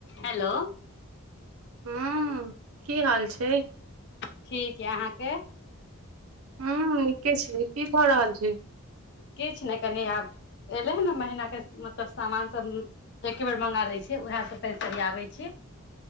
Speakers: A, on the left; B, on the right.
A: Hello
B: हू की हाल छै
A: ठीक य अहाँके
B: ह नीके छै की भऽ रहल य
A: किछ ने कनि आब एले ह ने महिना के मतलब सामान सब एके बेर मंगा लै छियै उहे सब तनि सरियावय छियै